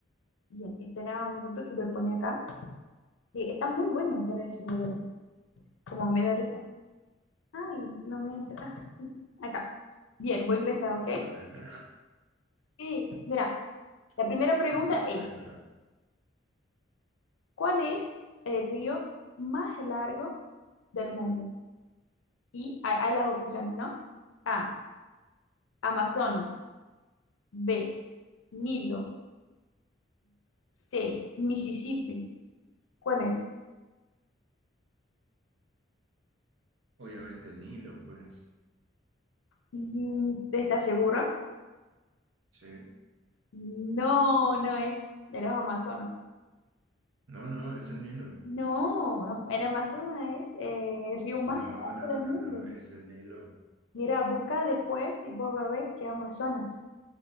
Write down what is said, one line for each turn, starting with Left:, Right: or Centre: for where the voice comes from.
Left: bien. Espera un minuto que voy a poner acá. Sí, está muy bueno para decirlo, pero como me da risa. Ay, no me entra. Ah, Acá. Bien, voy a empezar,
Right: ¿Cómo
Left: ¿ok?
Right: que no te entra?
Left: Sí. Mira, la primera
Right: <laughs>
Left: pregunta
Right: ¿Cómo que no
Left: es,
Right: te entra?
Left: ¿cuál es el río más largo del mundo? Y hay, hay las opciones, ¿no? A, Amazonas. B. Nilo. C. Mississippi. ¿Cuál es?
Right: Obviamente el Nilo, pues.
Left: Mm, ¿Estás segura?
Right: Sí.
Left: No, no es de los Amazonas.
Right: No, no, es el Nilo.
Left: No, Am- el Amazonas es eh, el río más
Right: No,
Left: largo
Right: no, no,
Left: del
Right: no,
Left: mundo.
Right: no, es el Nilo.
Left: Mira, busca después y vos vas a ver que Amazonas.